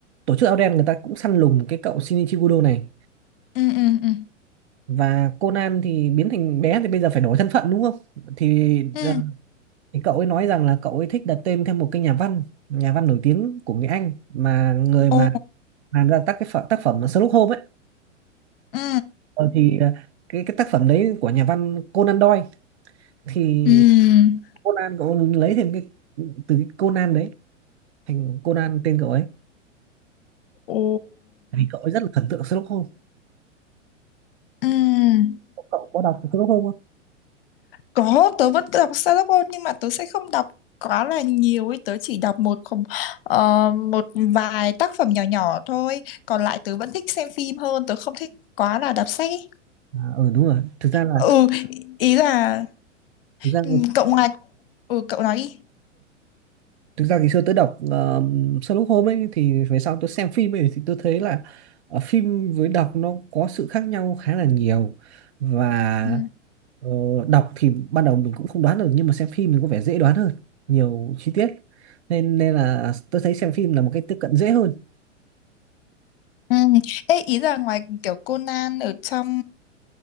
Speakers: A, on the right; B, on the left.
A: tổ chức Áo Đen người ta cũng săn lùng cái cậu Shinichi Kudo này
B: ừ ừ ừ
A: và Conan thì biến thành bé thì bây giờ phải đổi thân phận đúng không? Thì,
B: ừ
A: ờ, thì cậu ấy nói rằng là cậu ấy thích đặt tên theo một cái nhà văn, nhà văn nổi tiếng của người Anh mà người mà
B: Ồ,
A: làm ra tác cái phẩm, tác phẩm Sherlock Holmes ấy.
B: ừ
A: Ờ, thì ờ, cái cái tác phẩm đấy của nhà văn Conan Doyle thì
B: ừ
A: Conan cậu lấy thêm cái từ cái Conan đấy thành Conan tên cậu ấy.
B: ồ,
A: Tại vì cậu ấy rất là thần tượng Sherlock Holmes.
B: ừ
A: Cậu có đọc Sherlock Holmes không?
B: có tớ vẫn đọc Sherlock nhưng mà tớ sẽ không đọc quá là nhiều ấy, tớ chỉ đọc một không ờ, một vài tác phẩm nhỏ nhỏ thôi, còn lại tớ vẫn thích xem phim hơn, tớ không thích quá là đọc sách ấy.
A: À, ừ đúng rồi thực ra là
B: Ừ, ý là
A: thực ra
B: ừ,
A: ngày xưa,
B: cậu ngoài ừ cậu nói đi.
A: thực ra ngày xưa tớ đọc uh, Sherlock Holmes ấy thì về sau tớ xem phim ấy thì tớ thấy là ờ, phim với đọc nó có sự khác nhau khá là nhiều và
B: ừ
A: ờ, đọc thì ban đầu mình cũng không đoán được nhưng mà xem phim thì có vẻ dễ đoán hơn nhiều chi tiết nên nên là tớ thấy xem phim là một cái tiếp cận dễ hơn
B: Ừ. Ê, ý là ngoài kiểu Conan ở trong